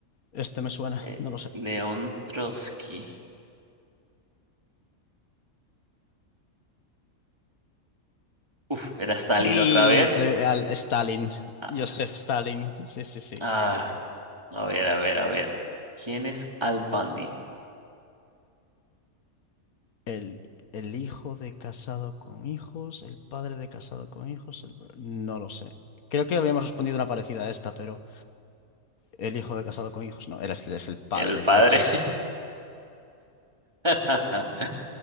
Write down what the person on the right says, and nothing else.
eh,
León Trotsky. Uf, era Stalin
otra vez.
Ah,
ah, a ver, a ver, a ver. ¿Quién es Al Bundy?
El padre.
<laughs>